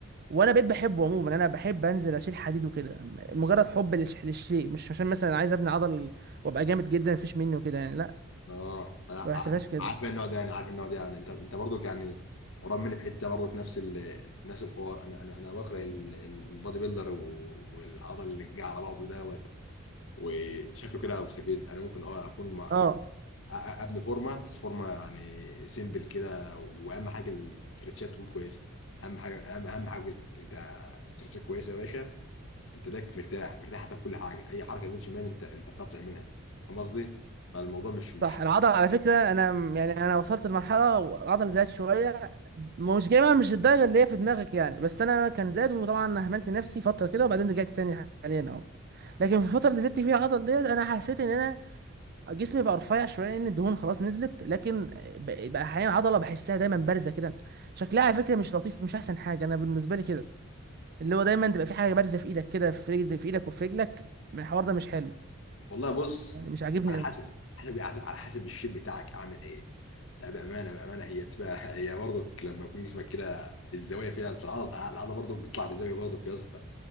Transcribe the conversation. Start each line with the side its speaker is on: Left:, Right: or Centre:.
Right: وانا بقيت بحبه عموما انا بحب انزل اشيل حديد وكده مجرد حب للش- للشيء مش عشان مثلا عايز ابني عضل وابقى جامد جدا مفيش مني وكده يعني لا
Left: اه انا ع-
Right: ما بحسبهاش كده
Left: عارف النوع ده انا عارف النوع ده يعني انت انت برضك يعني قريب مني في حته برضك نفس ال... نفس الحوار انا انا انا بكره ال- ال- البادي بيلدر و- والعضل اللي جه على بعضه دوت وشكله كده مستفز انا ممكن اه اكون مع...
Right: اه
Left: أ- أ- ابني فورمه بس فورمه يعني سيمبل كده واهم حاجه الاسترتشات تكون كويسه اهم حاجه اهم اهم حاجه في جسمك انت استرتشات كويسه يا باشا انت ده مرتاح مرتاح حتى في كل حاجه اي حركه يمين شمال انت انت بتعرف تعملها فاهم قصدي؟ فالموضوع مش مش
Right: صح العضله على فكره انا م- يعني انا وصلت لمرحله العضله زادت شويه مش جايبها مش الدرجه اللي هي في دماغك يعني بس انا كان زاد وطبعا اهملت نفسي فتره كده وبعدين رجعت تاني حاليا اهو لكن في الفتره اللي زدت فيها العضله ديت انا حسيت ان انا جسمي بقى رفيع شويه ان الدهون خلاص نزلت لكن ب- بقى احيانا العضله بحسها دايما بارزه كده شكلها على فكره مش لطيف مش احسن حاجه انا بالنسبه لي كده اللي هو دايما تبقى في حاجه بارزه في ايدك كده في رجل في ايدك وفي رجلك الحوار ده مش حلو
Left: والله بص
Right: يعني مش عاجبني
Left: على حسب
Right: قوي
Left: حسب على حسب الشيب بتاعك اعمل ايه لا بامانه بامانه هي بتبقى <laughs> هي برضك لما يكون جسمك كده الزوايا فيها العضله العضله برضك بتطلع بزاويه برضك يا اسطى